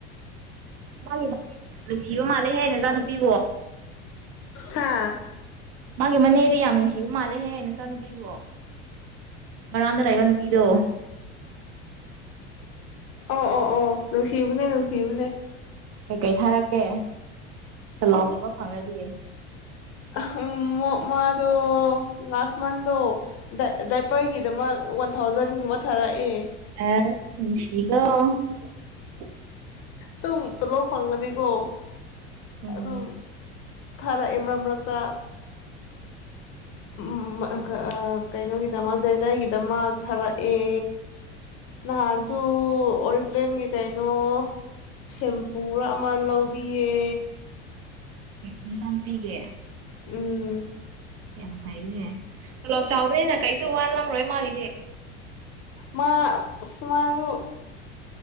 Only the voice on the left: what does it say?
ꯍꯥꯥ
ꯑꯣ ꯑꯣ ꯑꯣ ꯅꯨꯁꯤꯕꯅꯦ ꯅꯨꯡ <unintelligible> ꯅꯦ
ꯑꯍꯝ ꯃꯣ ꯃꯥꯗꯣ ꯂꯥꯁ ꯃꯟꯗꯣ ꯗ ꯗꯥꯏꯄꯔꯒꯤꯗꯃꯛ ꯋꯥꯟ ꯊꯥꯎꯖꯟꯒꯨꯝꯕ ꯊꯥꯔꯛꯑꯦ
ꯇꯨꯝ ꯇꯣꯂꯣꯞ ꯐꯪꯉꯗꯤ ꯀꯣ
ꯑꯗꯨꯝ ꯊꯥꯔꯛꯑꯦ ꯃꯔꯛ ꯃꯔꯛꯇ ꯎꯝ <unintelligible> ꯀꯩꯅꯣꯒꯤꯗꯃꯛ ꯖꯥꯏꯖꯥꯏꯒꯤꯗꯃꯥꯛ ꯊꯥꯔꯛꯑꯦ ꯅꯍꯥꯟꯁꯨ ꯑꯣꯔꯤꯐꯂꯦꯝꯒꯤ ꯀꯩꯅꯣ ꯁꯦꯝꯄꯨꯔꯥ ꯑꯃ ꯂꯧꯕꯤꯌꯦ
ꯎꯝ
ꯃꯥ ꯑꯁ ꯃꯥꯖꯨ